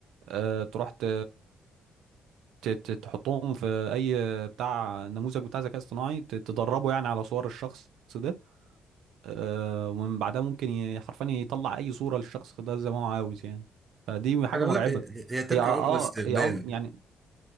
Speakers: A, on the right (about 85°); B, on the right (about 25°).
A: آه، تروح ت- ت- ت- تحطهم في اي بتاع نموذج بتاع ذكاء اصطناعي ت- تدربه يعني على صور الشخص ده آه، ومن بعدها ممكن ي- حرفيا يطلع اي صورة للشخص ده زي ما هو عاوز يعني فدي حاجة
B: خلي بالك
A: مرعبة
B: هي هي ترجع
A: هي اه
B: برضه <laughs> للاستخدام
A: آه، هي اه يعني